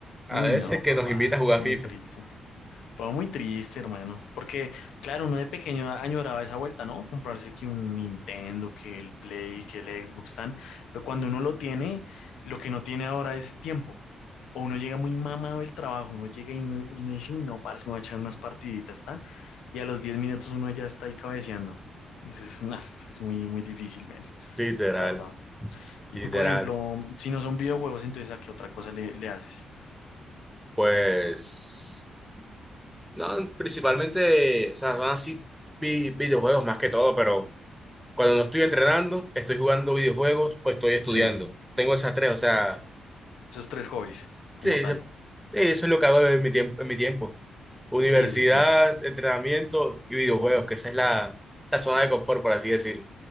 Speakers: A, in the centre; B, on the left.
A: A
B: Uy,
A: veces
B: no,
A: que
B: papá.
A: nos invita a jugar
B: Muy
A: FIFA.
B: triste. Fue muy triste, hermano, porque claro, uno de pequeño añoraba esa vuelta, ¿no? Comprarse que un Nintendo, que el Play, que el Xbox tan, pero cuando uno lo tiene, lo que no tiene ahora es tiempo. O uno llega muy mamado del trabajo, uno llega y no, y no dice, uy, no, parce, me voy a echar unas partiditas, ¿está? Y a los 10 minutos uno ya está ahí cabeceando. Eso es, nah, eso es muy, muy difícil, men,
A: Literal,
B: la verdad. Y
A: literal.
B: tú, por ejemplo, si no son videojuegos, entonces ¿a qué otra cosa le, le haces?
A: Pues, no, principalmente, o sea, son así vi- videojuegos más que todo, pero Cuando no estoy entrenando, estoy jugando videojuegos o estoy estudiando.
B: Sí,
A: Tengo esas tres, o sea,
B: esos tres hobbies, como
A: sí, eso
B: tal.
A: sí, eso es lo que hago en mi tiempo, en mi tiempo. Universidad,
B: Sí, sí, sí.
A: entrenamiento y videojuegos, que esa es la, la zona de confort, por así decirlo.